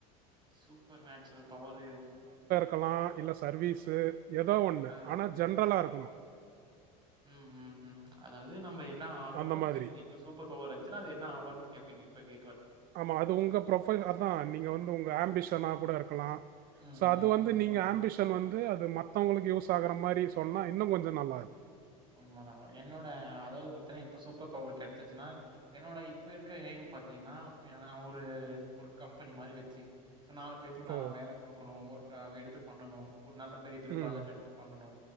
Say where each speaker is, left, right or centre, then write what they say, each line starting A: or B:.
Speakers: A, on the right; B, on the right.
A: சூப்பர் நாச்சுரல் பவர் இருந்ச்சு
B: கலா இல்ல சர்வீஸு ஏதோ ஒன்னு
A: ஆ
B: ஆனா ஜென்ரலாருக் கணோ
A: ம் ம் ம் அதாவ்து நம்ப என் ந ஆகணு
B: அந்த மாதிரி.
A: எந் இப்ப சூப்பர் பவர் எர்ச்சுறா அது என்ன ஆவன் கேப்பீங்க ப்ப கே
B: ஆமா அது உங்க ப்ரொக்பைல் அதா நீங்க வந்து உங்க ஆம்பிஷனா கூட இருக்கலா
A: ம்,
B: ச
A: ம்,
B: அது வந்து
A: ம்.
B: நீங்க ஆம்பிஷ தன் வந்து அது மத்தவங்களுக்கு யூஸ் ஆகுற மாரி சொன்னா இன்னு கொஞ்ச நல்லாருக்கு
A: உண்மதா என்னோட அதாவ்து பத்தன்னா இப்ப சூப்பர் பவரு கெட்ச்சுச்சுனா என்னோட இப்ப இர்க்க எய்ம் பாத்தீங்னா எதன்னா ஒரு ஒரு கம்பெனி மாரி வச்சி ஸோ நாலு பேத்துக்கு
B: ஓ!
A: நா வேல குடுக்குணு ஓரு ப்ரா எடுத்து பண்ணனு ஒர் நல்ல பெரிய் பெரிய
B: ம்,
A: ப்ராஜட் எடுத்து பண்ணனு